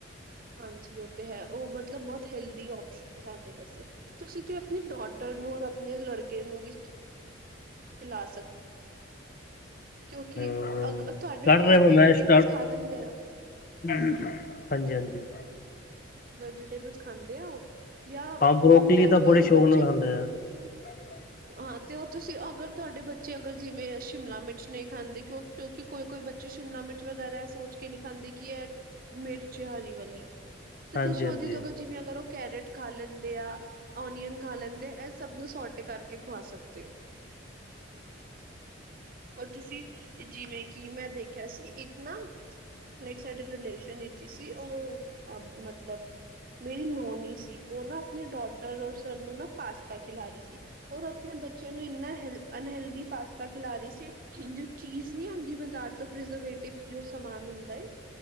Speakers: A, on the right; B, on the left.
A: ਹਾਂਜੀ ਉਹ ਤੇ ਹੈ ਉਹ ਮਤਲਬ ਬਹੁਤ ਹੈਲਦੀ ਆਪਸ਼ਨ। ਸਾਡੇ ਪਾਸੇ ਤੁਸੀਂ ਤੇ ਆਪਣੇ ਡਾਟਰ ਨੂੰ ਔਰ ਆਪਣੇ ਲੜਕੇ ਨੂੰ ਵੀ ਲਾ ਸਕਦੇ। ਕਿਉਂਕਿ
B: ਹਮ
A: ਅਗ ਤੁਹਾਡੇ
B: ਕਰ
A: ਉਹ
B: ਰਿਹਾ ਵਾ
A: ਵੈਜੀਟੇਬਲਸ
B: ਮੈਂ ਸਟਾਰਟ
A: ਖਾ ਲੈਂਦੇ ਆ।
B: <unintelligible> ਹਾਂਜੀ ਹਾਂਜੀ।
A: ਵੈਜੀਟੇਬਲਸ ਖਾਂਦੇ ਆ ਉਹ ਜਾਂ
B: ਹਾਂ ਬਰੋਕਲੀ
A: ਕਿਉਂਕਿ ਅੱਜ
B: ਤਾਂ
A: ਕੱਲ
B: ਬੜੇ
A: ਦੇ
B: ਸ਼ੌਕ
A: ਬੱਚੇ
B: ਨਾਲ ਖਾਂਦੇ ਆ <inaudible>
A: ਹਾਂ ਤੇ ਓ ਤੁਸੀਂ ਅਗਰ ਤੁਆਡੇ ਬੱਚੇ ਅਗਰ ਜਿਵੇਂ ਸ਼ਿਮਲਾ ਮਿਰਚ ਨੀ ਖਾਂਦੇ ਕਿਓਂ ਕਿਓਂਕਿ ਕੋਈ-ਕੋਈ ਬੱਚੇ ਸ਼ਿਮਲਾ ਮਿਰਚ ਵਗੈਰਾ ਏ ਸੋਚ ਕੇ ਨੀ ਖਾਂਦੇ ਕੇ ਐ ਮਿਰਚ ਹਰੀ ਵਾਲੀ ਤੇ
B: ਹਾਂਜੀ
A: ਤੁਸੀਂ
B: ਹਾਂਜੀ
A: ਓਦੀ ਜਗਾ ਜਿਵੇਂ ਅਗਰ ਓ ਕੈਰਟ ਖਾ ਲੈਂਦੇ ਆ। ਓਨੀਅਨ ਖਾ ਲੈਂਦੇ ਆ ਏ ਸਬ ਨੂੰ ਸੋਰਟੇ ਕਰਕੇ ਖਵਾ ਸਕਦੇ ਓਂ। ਔਰ ਤੁਸੀਂ ਜਿਵੇਂ ਕੀ ਮੈਂ ਦੇਖੇਆ ਸੀ ਇੱਕ ਨਾ ਲਾਈਕ ਸਾਡੇ ਰਿਲੇਸ਼ਨ ਵਿਚ ਈ ਸੀ ਓ ਅਬ ਮਤ ਮਤਲਬ ਮੇਰੀ ਨੋਨ ਈ ਸੀ ਓ ਨਾ ਆਪਨੇ ਡੋਟਰ ਔਰ ਸਰ ਨੂੰ ਨਾ ਪਾਸਤਾ ਖਿਲਾ ਰੀ ਸੀ। ਔਰ ਆਪਨੇ ਬੱਚਿਆਂ ਨੂੰ ਏਨਾ ਹੈਲ ਅਨਹੈਲਦੀ ਪਾਸਤਾ ਖਿਲਾ ਰੀ ਸੀ। ਜੋ ਚੀਜ਼ ਨੀ ਆਂਦੀ ਬਜ਼ਾਰ ਤੋਂ ਪ੍ਰਜ਼ਰਵੇਟਿਵ ਜੋ ਸਮਾਨ ਹੁੰਦਾ ਏ